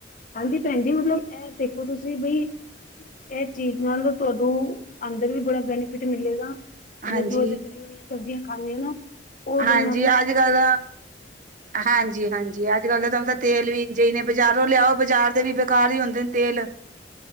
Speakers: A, on the left; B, on the right.
A: ਹਾਂਜੀ ਭੈਣ ਜੀ ਮਤਲਬ ਇਹ ਦੇਖੋ ਤੁਸੀਂ ਵੀਇਹ। ਚੀਜ਼ ਨਾਲ ਤੁਹਾਨੂੰ, ਅੰਦਰ ਵੀ ਬੜਾ ਬੈਨੀਫਿਟ ਮਿਲੇਗਾ। ਮਤਲਬ
B: ਹਾਂਜੀ
A: ਜੋ ਅਸੀਂ ਤਲੀਆਂ ਹੋਈਆਂ ਸਬਜ਼ੀਆਂ ਖਾਂਦੇਆਂ ਨਾ, ਉਹਦੇਨ
B: ਹਾਂਜੀ
A: ਨਾਲ ਹੀ ਤੁਹੂੰ।
B: ਅੱਜ ਕੱਲ ਹਾਂਜੀ ਹਾਂਜੀ ਅੱਜ ਕੱਲ ਦਾ ਤਾਂ ਤਾਂ। ਤੇਲ ਵੀ ਜਿ ਨੇ ਬਾਜ਼ਾਰੋਂ ਲਿਆਓ ਬਜ਼ਾਰ ਦੇ ਵੀ ਬੇਕਾਰ ਹੀ ਹੁੰਦੇ ਨੇ ਤੇਲ।